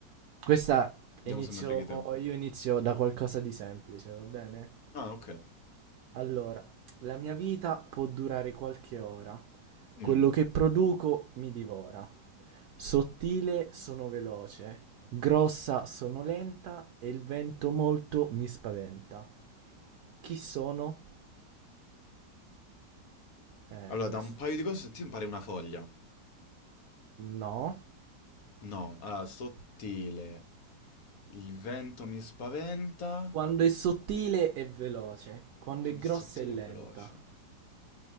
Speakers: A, on the right; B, on the left.
A: Questa
B: vediamo
A: inizio...
B: se mi freghi te.
A: io inizio da qualcosa di semplice, va bene?
B: Ah, ok.
A: Allora, la mia vita può durare qualche ora.
B: Mm.
A: Quello che produco mi divora. Sottile sono veloce, grossa sono lenta e il vento molto mi spaventa. Chi sono? Eh,
B: Allora,
A: questa...
B: da un paio di cose ti pare una foglia.
A: No.
B: No, allora, sottile. Il vento mi spaventa.
A: Quando è sottile è veloce, quando
B: Quando
A: è grossa
B: è sottile
A: è lenta.
B: è veloce.